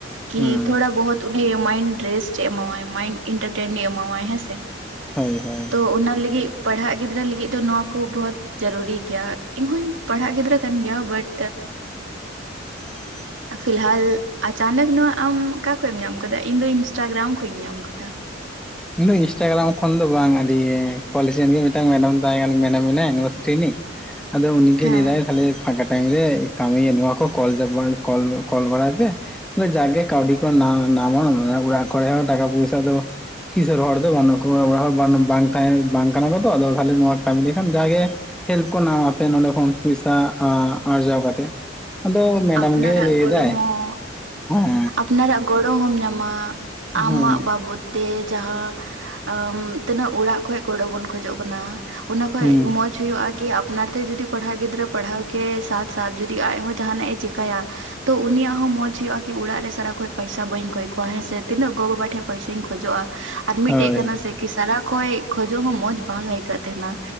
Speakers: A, on the right; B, in the centre.
A: ᱠᱤ
B: ᱦᱩᱸ
A: ᱛᱷᱚᱲᱟ ᱵᱚᱦᱚᱛ ᱩᱱᱤ ᱢᱟᱭᱤᱱᱰ ᱨᱮᱥᱴ ᱮᱢᱟᱣᱟ ᱢᱟᱭᱤᱱᱰ ᱮᱱᱴᱟᱨᱴᱮᱱ ᱮᱢᱟᱣᱟᱭ ᱦᱮᱸ ᱥᱮ
B: ᱦᱳᱭ ᱦᱳᱭ
A: ᱚᱱᱟ ᱞᱟᱹᱜᱤᱫ ᱯᱟᱲᱦᱟᱜ ᱜᱤᱫᱽᱨᱟᱹ ᱞᱟᱹᱜᱤᱫ ᱫᱚ ᱱᱚᱣᱟ ᱠᱚ ᱵᱚᱦᱚᱛ ᱡᱟᱹᱨᱩᱨᱤ ᱜᱮᱭᱟ ᱤᱧᱦᱚᱧ ᱯᱟᱲᱦᱟᱜ ᱜᱤᱫᱽᱨᱟᱹ ᱠᱟᱱ ᱜᱮᱭᱟ ᱵᱟᱴ
B: ᱦ <unintelligible>
A: ᱯᱷᱤᱞᱦᱟᱞ ᱟᱪᱟᱱᱚᱠ ᱱᱚᱣᱟ ᱟᱢ ᱚᱠᱟ ᱠᱷᱚᱡ ᱮᱢ ᱧᱟᱢ ᱟᱠᱟᱫᱟ ᱠᱮᱫᱟ ᱤᱧ ᱫᱚ ᱤᱱᱥᱴᱟᱜᱨᱟᱢ ᱠᱷᱚᱡ ᱤᱧ ᱧᱟᱢ ᱟᱠᱟᱫᱟ᱾
B: ᱤᱧ ᱫᱚ ᱤᱱᱥᱴᱟᱜᱨᱟᱢ ᱠᱷᱚᱱ ᱫᱚ ᱵᱟᱝ ᱟᱹᱰᱤ ᱠᱚᱞᱮᱡᱽ ᱨᱮᱱ ᱜᱮ ᱢᱤᱫᱴᱟᱝ ᱢᱮᱰᱟᱢ ᱛᱟᱦᱮᱱ ᱢᱮᱰᱟᱢ ᱢᱮᱱᱟᱭᱟ ᱤᱭᱩᱱᱤᱵᱷᱟᱨᱥᱤᱴᱤ ᱨᱤᱱᱤᱡ ᱟᱫᱚ ᱩᱱᱤ ᱜᱮ
A: ᱦᱮᱸ
B: ᱞᱟᱹᱭᱮᱫᱟᱭ ᱛᱟᱦᱚᱞᱮ ᱯᱷᱟᱠᱟ ᱴᱟᱭᱤᱢ ᱨᱮ ᱠᱟᱹᱢᱤ ᱱᱚᱣᱟ ᱠᱚ ᱠᱚᱞᱟ ᱠᱚ ᱠᱚᱞ ᱵᱟᱲᱟᱭ ᱯᱮ᱾ ᱡᱟᱜᱮ ᱠᱟᱹᱣᱰᱤ ᱠᱚ ᱱᱟᱢᱟᱢ ᱚᱲᱟᱜ ᱠᱚᱨᱮ ᱴᱟᱠᱟ ᱯᱚᱭᱥᱟ ᱫᱚ <unintelligible> ᱠᱤᱥᱳᱨ ᱦᱚᱲ ᱫᱚ ᱵᱟᱹᱱᱩᱜ ᱠᱚᱣᱟ ᱵᱟᱝ ᱛᱟᱦᱮᱸ ᱵᱟᱝ ᱠᱟᱱᱟ ᱠᱚᱛᱚ ᱟᱫᱚ ᱛᱟᱦᱚᱞᱮ ᱱᱚᱣᱟ ᱠᱟᱹᱢᱤ ᱞᱮᱠᱷᱟᱱ ᱡᱟᱜᱮ ᱦᱮᱞᱯ ᱠᱚ ᱧᱟᱡ ᱟᱯᱮ ᱱᱚᱰᱮ ᱠᱷᱚᱱ ᱯᱚᱭᱥᱟ ᱟᱨᱡᱟᱣ ᱠᱟᱛᱮᱫ᱾ ᱟᱫᱚ ᱢᱮᱰᱟᱢ
A: ᱟᱯᱱᱟᱨᱟᱜ
B: ᱜᱮ ᱞᱟᱹᱭ
A: ᱜᱚᱲᱚ
B: ᱮᱫᱟᱭ
A: ᱦᱚᱸ
B: ᱦᱮᱸ
A: ᱟᱯᱱᱟᱨᱟᱜ ᱜᱚᱲᱚ ᱦᱚᱢ ᱧᱟᱢᱟ ᱟᱢᱟᱜ
B: ᱦᱩᱸ
A: ᱵᱟᱵᱚᱫ ᱛᱮ ᱡᱟᱦᱟᱸ ᱛᱤᱱᱟᱹᱜ ᱚᱲᱟᱜ ᱠᱷᱚᱢ ᱜᱚᱲᱚ ᱵᱚᱱ ᱠᱷᱚᱡᱚᱜ ᱠᱟᱱᱟ ᱚᱱᱟ ᱠᱷᱚᱡ
B: ᱦᱩᱸ
A: ᱢᱚᱡᱽ ᱵᱩᱡ ᱦᱩᱭᱩᱜ-ᱟ ᱠᱤ ᱟᱯᱱᱟᱨ ᱛᱮ ᱡᱩᱫᱤ ᱯᱟᱲᱦᱟᱣ ᱜᱤᱫᱽᱨᱟᱹ ᱯᱟᱲᱦᱟᱣ ᱠᱮ ᱥᱟᱛ ᱥᱟᱛ ᱡᱩᱫᱤ ᱟᱡᱦᱚᱸ ᱡᱟᱦᱟᱱᱟᱜ- ᱮ ᱪᱤᱠᱟᱹᱭᱟ ᱛᱚ ᱩᱱᱤᱭᱟᱜ ᱦᱚᱸ ᱢᱚᱸᱡᱽ ᱦᱩᱭᱩᱜ-ᱟ ᱠᱤ ᱚᱲᱟᱜ ᱨᱮ ᱥᱟᱨᱟ ᱠᱷᱚᱡ ᱯᱚᱭᱥᱟ ᱵᱟᱹᱧ ᱠᱚᱭ ᱠᱚᱣᱟ ᱦᱮᱸ ᱥᱮ ᱛᱤᱱᱟᱹᱜ ᱜᱚ ᱵᱟᱵᱟ ᱴᱷᱮᱡ ᱯᱟᱹᱭᱥᱟᱹᱧ ᱠᱷᱚᱡᱚᱜᱼᱟ ᱟᱨ ᱢᱤᱫᱴᱮᱡ
B: ᱦᱳᱭ
A: ᱠᱟᱱᱟ ᱥᱮ ᱠᱤ ᱥᱟᱨᱟ ᱠᱷᱚᱡ ᱠᱷᱚᱡᱚᱜ ᱦᱚᱸ ᱢᱚᱸᱡᱽ ᱵᱟᱝ ᱟᱹᱭᱠᱟᱹᱜ ᱛᱟᱦᱮᱱᱟ᱾